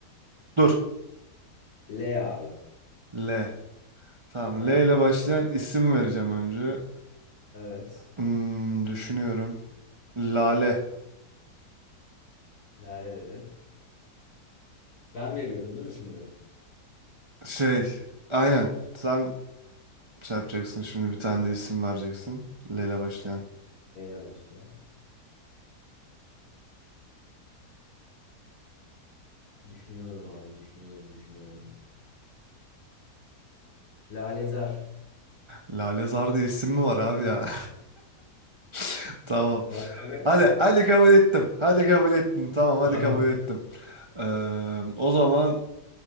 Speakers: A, on the right (about 50°); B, on the left (about 65°).
A: dur
B: L abi.
A: L. Tamam
B: Aynen.
A: L ile başlayan isim vereceğim önce.
B: Evet.
A: Hmm, düşünüyorum. Lale.
B: Lale dedin. Ben veriyorum değil mi şimdi?
A: Şey aynen sen şey yapacaksın şimdi bir tane de isim vereceksin. L ile başlayan.
B: Tamam. Neyle başlayan? Düşünüyorum abi, düşünüyorum, düşünüyorum. Lalezar.
A: Lale Zar diye isim mi var abi ya? <laughs> Tamam.
B: Var abi.
A: Hadi, hadi kabul ettim. Hadi kabul ettim. Tamam, hadi
B: Tamam.
A: kabul ettim. Ee, o zaman